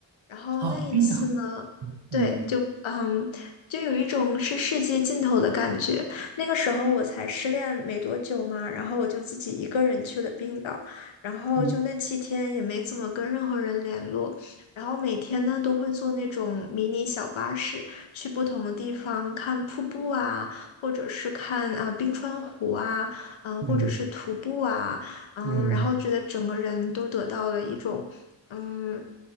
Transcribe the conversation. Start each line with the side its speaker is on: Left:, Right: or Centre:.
Left: 然后那一次呢，
Right: 哦，冰岛，嗯嗯
Left: 对，就嗯，就有一种是世界尽头的感觉。那个时候我才失恋没多久嘛，然后我就自己一个人去了冰岛，然后就那七天也没怎么跟任何人联络，
Right: 嗯
Left: 然后每天呢都会坐那种迷你小巴士去不同的地方看瀑布啊，或者是看啊、冰川湖啊，嗯、
Right: 嗯
Left: 或者是徒步啊，嗯，
Right: 嗯。
Left: 然后觉得整个人都得到了一种。嗯，